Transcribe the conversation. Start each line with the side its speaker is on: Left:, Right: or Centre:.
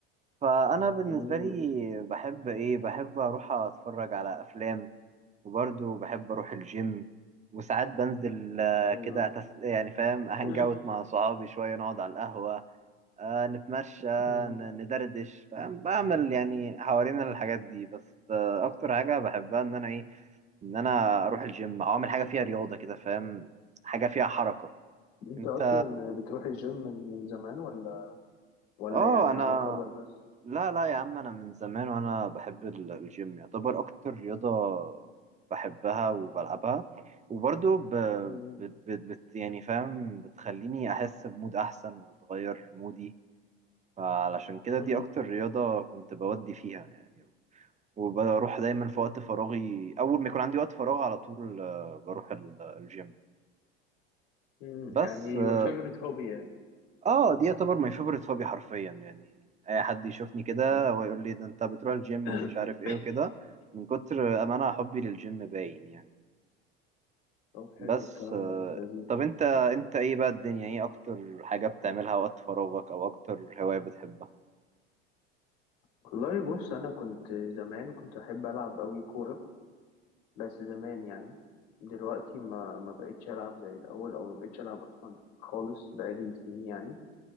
Right: فانا بالنسبه
Left: امم
Right: لي بحب ايه بحب اروح اتفرج على افلام وبرضه بحب اروح الجيم وساعات بنزل آه،
Left: حلو
Right: كده أتس- يعني فاهم هانج
Left: <coughs>
Right: اوت مع صحابي شويه نقعد على القهوه آه نتمشى
Left: <clears throat>
Right: ن- ندردش فاهم بعمل يعني حوالين الحاجات دي بس آه اكتر حاجه بحبها ان انا ايه ان انا اروح الجيم او اعمل حاجه فيها رياضه كده فاهم حاجه فيها حركه
Left: انت
Right: انت
Left: اصلا بتروح الجيم من من زمان ولا ولا
Right: اه
Left: يعني
Right: انا
Left: على كبر بس
Right: لا لا يا عم انا من زمان وانا بحب ال- الجيم يعتبر اكتر رياضه بحبها وبلعبها وبرضو ب... ب...
Left: مم.
Right: ب... بت... يعني فاهم بتخليني احس بمود احسن وتغير مودي فعلشان كده
Left: مم.
Right: دي اكتر رياضة كنت بودي فيها يعني وبروح دايما
Left: مم.
Right: في وقت فراغي اول ما يكون عندي وقت فراغ على طول آه، بروح ال- الجيم
Left: مم.
Right: بس
Left: يعني
Right: اه
Left: your favorite hobby يعني
Right: آه، دي يعتبر ماي فيفورت هوبي حرفيا يعني اي حد يشوفني كده
Left: حلو
Right: ويقول لي ده انت بتروح الجيم
Left: <coughs>
Right: ومش عارف ايه وكده من كتر ما انا حبي للجيم باين يعني
Left: <clears throat> طب حلو
Right: بس
Left: الكلام
Right: آه
Left: ده لذيذ
Right: طب انت انت ايه بقى الدنيا ايه اكتر حاجة بتعملها وقت فراغك او اكتر هواية بتحبها
Left: والله بص انا كنت زمان كنت احب العب قوي كوره بس زمان يعني دلوقتي ما ما بقتش ألعب زي الأول أو ما بقتش ألعب أصلا خالص بقالي سنين يعني